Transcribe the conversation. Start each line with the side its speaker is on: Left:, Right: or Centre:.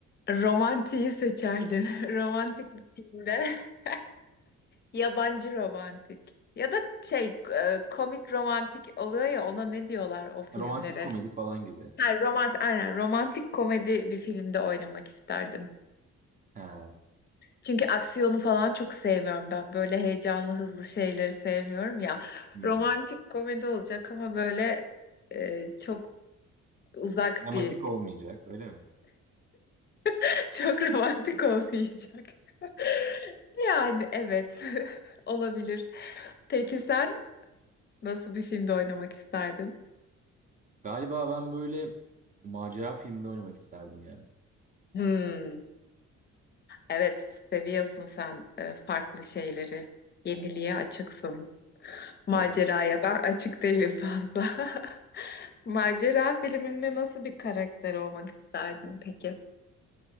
Left: romantiği seçerdim. <laughs> Romantik bir filmde. <laughs> Yabancı romantik. Ya da şey e, komik romantik oluyor ya ona ne diyorlar o filmlere?
Right: Ha, Romantik komedi falan gibi.
Left: Ha, romant aynen romantik komedi bir filmde oynamak isterdim.
Right: Ha,
Left: Çünkü aksiyonu falan çok sevmiyorum ben. Böyle heyecanlı, hızlı şeyleri sevmiyorum ya.
Right: hmm.
Left: Romantik komedi olacak ama böyle e, çok uzak
Right: Dramatik
Left: bir,
Right: olmayacak, öyle mi?
Left: <laughs> çok romantik olmayacak. <laughs> Yani evet, <laughs> olabilir. Peki sen nasıl bir filmde oynamak isterdin?
Right: Galiba ben böyle macera filminde oynamak isterdim ya.
Left: Hmm, evet, seviyorsun sen e, farklı şeyleri. Yeniliğe açıksın. Maceraya
Right: Evet,
Left: ben açık değilim fazla. <laughs> Macera filminde nasıl bir karakter olmak isterdin peki?